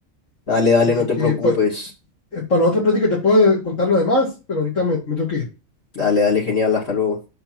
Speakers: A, on the left; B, on the left.
A: dale, dale,
B: Así
A: no te
B: que
A: preocupes.
B: pues, eh, para la otra plática te puedo contar lo demás, pero ahorita me, me tengo que ir.
A: Dale, dale, genial, hasta luego.